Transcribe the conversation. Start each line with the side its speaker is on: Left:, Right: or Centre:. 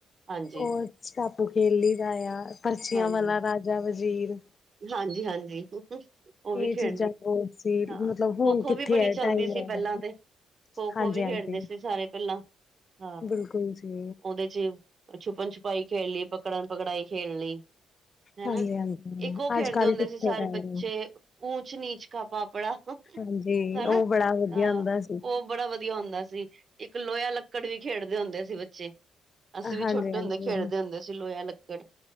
Right: ਹਾਂਜੀ
Left: ਉਹ ਟਾਪੂ ਖੇਲੀ ਦਾ ਆ ਪਰਚੀਆਂ
Right: ਹਾਂਜੀ
Left: ਵਾਲਾ ਰਾਜਾ ਵਜ਼ੀਰ
Right: ਹਾਂਜੀ ਹਾਂਜੀ ਉਹ ਵੀ
Left: ਇਹ
Right: ਖੇਡਦੇ
Left: ਚੀਜ਼ਾਂ ਬਹੁਤ ਸੀ
Right: ਹਾਂ
Left: ਮਤਲਬ ਹੁਣ
Right: ਖੋ ਖੋ
Left: ਕਿੱਥੇ
Right: ਵੀ ਬੜੀ
Left: ਹੈ
Right: ਚਲਦੀ
Left: ਟਾਈਮ ਰਹਿੰਦਾ।
Right: ਸੀ ਪਹਿਲਾਂ ਤੇ ਖੋ
Left: ਹਾਂਜੀ
Right: ਖੋ ਵੀ
Left: ਹਾਂਜੀ
Right: ਖੇਡਦੇ ਸੀ ਸਾਰੇ ਪਹਿਲਾਂ ਹਾਂ
Left: ਬਿਲਕੁਲ ਜੀ
Right: ਉਹਦੇ ਚ ਛੁੱਪਣ ਛੁਪਾਈ ਖੇਡ ਲਈ ਪਕੜਨ ਪਕੜਾਈ ਖੇਡ ਲਈ ਹਨਾ
Left: ਹਾਂਜੀ ਹਾਂਜੀ
Right: ਇੱਕ ਉਹ ਖੇਡਦੇ
Left: ਅੱਜ ਕੱਲ
Right: ਹੁੰਦੇ
Left: ਕਿੱਥੇ
Right: ਸੀ ਸਾਰੇ
Left: ਟਾਈਮ
Right: ਬੱਚੇ ਉਊਚ ਨੀਚ ਕ ਪਾਪੜਾ
Left: ਹਾਂਜੀ
Right: ਹਨਾ
Left: ਉਹ ਬੜਾ ਵਧੀਆ
Right: ਹਾਂ
Left: ਹੁੰਦਾ ਸੀ
Right: ਉਹ ਬੜਾ ਵਧੀਆ ਹੁੰਦਾ ਸੀ ਇੱਕ ਲੋਇਆ ਲੱਕੜ ਵੀ ਖੇਡਦੇ ਹੁੰਦੇ ਸੀ ਬੱਚੇ ਅਸੀਂ ਵੀ
Left: ਹਾਂਜੀ
Right: ਛੋਟੇ
Left: ਹਾਂਜੀ
Right: ਹੁੰਦੇ ਖੇਡਦੇ ਹੁੰਦੇ ਸੀ ਲੋਇਆ ਲੱਕੜ